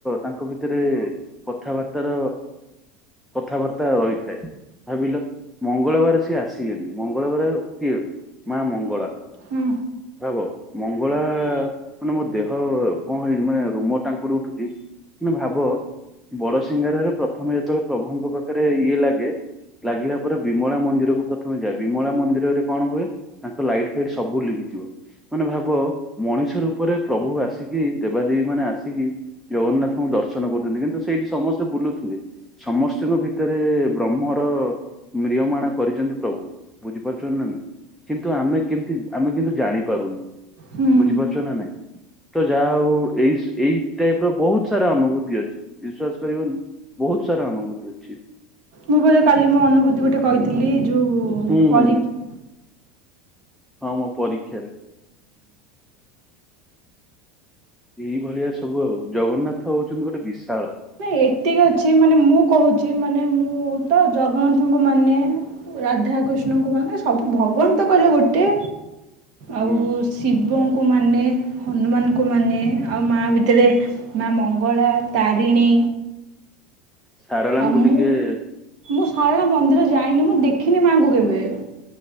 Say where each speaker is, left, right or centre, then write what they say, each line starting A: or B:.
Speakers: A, in the centre; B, on the right.
A: ତାଙ୍କ ଭିତରେ ଭିତରେ କଥାବାର୍ତ୍ତା ର କଥାବାର୍ତ୍ତା ରହିଥାଏ। ଭାବିଲ ମଙ୍ଗଳବାର ସିଏ ଆସିବେନି, ମଙ୍ଗଳବାର କିଏ? ମା ମଙ୍ଗଳା।
B: ହଁ।
A: ଭାବ ମଙ୍ଗଳା ଳା ମାନେ ମୋ ଦେହ ଭଁ ହେଇଛି ମାନେ ରୁମ ଟାଙ୍କୁରି ଉଠୁଛି। ମନେ ଭାବ ବଡ ସିଂଘାର ରେ ପ୍ରଥମେ ଯେତେବେଳେ ପ୍ରଭୁଙ୍କ ପାଖରେ ଇଏ ଲାଗେ ଲାଗିଲା ପରେ ବିମଳା ମନ୍ଦିର କୁ ପ୍ରଥମେ ଯାଏ, ବିମଳା ମନ୍ଦିରରେ କଣ ହୁଏ? ତାଙ୍କ ଲାଇଟ୍ ଫାଇଟ୍ ସବୁ ଲିଭିଥିବ। ମାନେ ଭାବ ମଣିଷ ରୂପରେ ପ୍ରଭୁ ଆସିକି ଦେବାଦେବୀ ମାନେ ଆସିକି ଜଗନ୍ନାଥ ଦର୍ଶନ କରୁଛନ୍ତି, କିନ୍ତୁ ସେଇଠି ସମସ୍ତେ ବୁଲୁଥିବେ। ସମସ୍ତଙ୍କ ଭିତରେ ବ୍ରହ୍ମର ମ୍ରିୟମାଣ କରିଛନ୍ତି ପ୍ରଭୁ। ବୁଝିପାରୁଛନ୍ତି ନା ନାହଁ। କିନ୍ତୁ ଆମେ କେମତି ଆମେ କିନ୍ତୁ ଜାଣି ପାରୁନୁ।
B: ହୁଁ
A: ବୁଝିପାରୁଛ ନା ନାଇଁ। ତ ଯାହା ହଉ ଏଇ - ଏଇ ଟାଇପ ର ବହୁତ ସାରା ଅନୁଭୂତି ଅଛି ବିଶ୍ଵାସ କରିବନି ବହୁତ ସାରା ଅନୁଭୂତି ଅଛି।
B: ମୁଁ ବୋଧେ କାଲି ମୋ ଅନୁଭୂତି ଗୋଟେ କହିଥିଲି ଯୁ
A: ହୁଁ
B: ପରୀକ୍ଷା
A: ହୁଁ ହଁ ମୋ ପରୀକ୍ଷାରେ ଏଇ ଭଳିଆ ସବୁ ଆଉ ଜଗନ୍ନାଥ ହଉଛନ୍ତି ଗୋଟେ ବିଶାଳ।
B: ନାଇଁ ଏତିକି ଅଛି ମାନେ ମୁଁ କହୁଛି ମାନେ ମୁଁ ତ ଜଗନ୍ନାଥଙ୍କୁ ମାନେ। ରାଧାକୃଷ୍ଣଙ୍କୁ ମାନେ ସବୁ ଭଗବାନ ତ କହିଲେ ଗୋଟେ। ଆଉ
A: ହୁଁ।
B: ଶିବଙ୍କୁ ମାନେ ହନୁମାନଙ୍କୁ ମାନେ ଆଉ ମା ଭିତରେ ମା ମଙ୍ଗଳା ତାରିଣୀ
A: ସାରଳାଙ୍କୁ
B: ଆଉ ମୁଁ
A: ଟିକେ
B: ମୁଁ ଶାରଳା ମନ୍ଦିର ଯାଇନି ମୁଁ ଦେଖିନି ମାଆଙ୍କୁ କେବେ